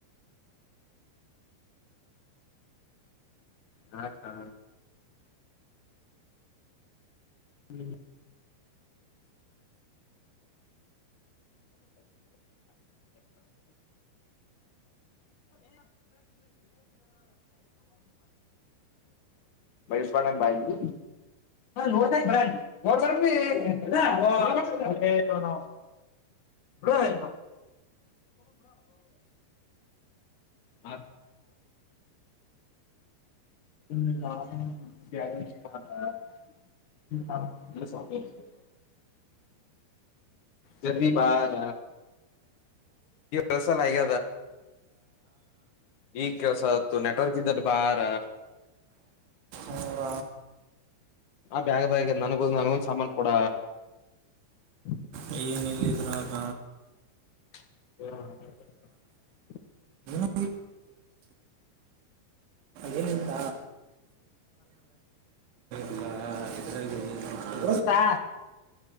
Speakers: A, on the left (about 55°); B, on the right (about 80°).
A: ಹಾ ಹಾ ಹ್ಮ ಬಯಸ್ಬಾರ್ದಂಗ್ ಬಾಯಿ ನೋಡ್ದಾಗ ಬಿಡಂಗ್ ನೋಡ್ಬೇಡ್ರಿ ಇಲ್ಲ, ಓ, ಏ, ಅವ್ನು, ಬಿಡು ಇವ್ನು. ಹ ಲ್ಲಭ ಜಿ ಬಾರ ಹೊಸ ಲಗ ಈ ಕೆಸ ಆತತ್ತು ನೆಟ್ವರ್ಕ್ ಇದಲ್ಲಿ ಬಾರ
B: ಅವ್ರ
A: ಬ ಬ ನಗ ನಗ ಸಾಮನ್ ಕೂಡ ಹ್ಮ
B: ನಲ್ಲಿಿದರಕ
A: ಹ್ಮ
B: ಟ್ಟ ಅನುಂತ ಇದ್ರಾಗ ಏನು
A: ಗೊತ್ತಿತ್ತಾ?